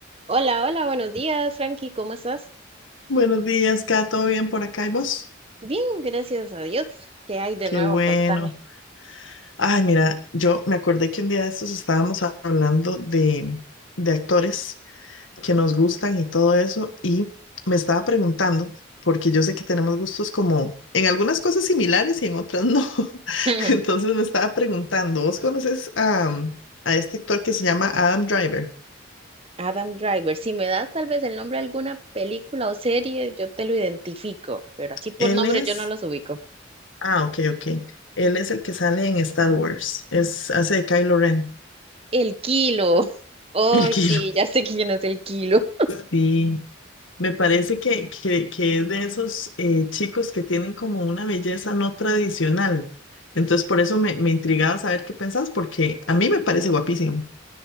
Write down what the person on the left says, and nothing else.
Buenos días, Kat, ¿todo bien por acá y vos?
Qué
bueno.
Ay, mira, yo me acordé que un día de estos estábamos a- hablando de, de actores que nos gustan y todo eso, y me estaba preguntando, porque yo sé que tenemos gustos como en algunas cosas similares y en otras no. <laughs>
Entonces me estaba preguntando, ¿vos conoces a, a este actor que se llama Adam Driver?
Él
es,
ah, ok, ok. Él es el que sale en Star Wars, es, hace de Kylo Ren,
el <laughs> que
Sí, me parece que, que, que es de esos eh, chicos que tienen como una belleza no tradicional. Entonces, por eso me, me intrigaba saber qué pensás, porque a mí me parece guapísimo,